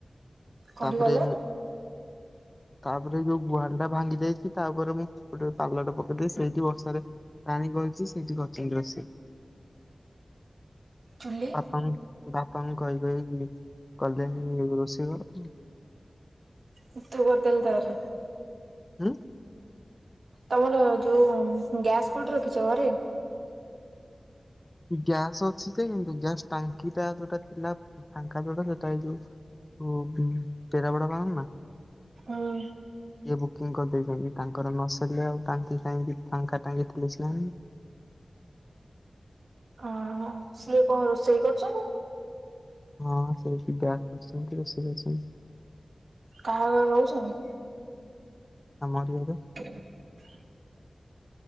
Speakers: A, on the right; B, on the left.
A: କୋଉଠି
B: ତାପରେ
A: ଗଲ
B: ତାପରେ ଯୋଉ ଗୁହାଳି ଟା ଭାଙ୍ଗି ଯାଇଛି ତାପରେ ମୁଁ ଗୋଟେ ପାଲଟା ପକେଇଦେଇ ସେଇଠି ବର୍ଷାରେ ରାଣୀ ଗଛି ସେଇଠିକି ଅଛନ୍ତି ର ସେ
A: ଚୁ୍ଲି
B: ଆପଣଙ୍କ ବାପାଙ୍କୁ କହି କହିକି କଲେନି ରୋଷେଇ ଘର।
A: <unintelligible>
B: ହୁଁ।
A: ତମର ଯୋଉ ଗ୍ୟାସ୍ କୋଉଠି ରଖିଛ ଘରେ?
B: ଗ୍ୟାସ ଅଛି ଯେ କିନ୍ତୁ ଗ୍ୟାସ୍ ଟାଙ୍କି ଟା ଯୋଉଟା ଥିଲା ଫାଙ୍କା ଯୋଉଟା ସେଟା ଏଇ ଯୋଉ ପେରା ବଡା ପା ନା
A: ହଁ
B: ଇଏ ବୁକିଂ କରିଦେଇଛନ୍ତି ତାଙ୍କର ନସରିଲଲେ ଆଉ ଟାଙ୍କି ଫାଙ୍କି ଫାଙ୍କା ଟାଙ୍କି ଥିଲେ ସ
A: ଓ ହଁ ସିଏ କଣ ରୋଷେଇ କରୁଛନ୍ତି?
B: ହଁ ସେଠି ଗ୍ୟାସ୍ କରୁଛନ୍ତି ରୋଷେଇ ଅଛନ୍ତି।
A: କାହାଘରେ ରହୁଛନ୍ତି?
B: ଆମ ଏରିଆରେ।
A: <inaudible>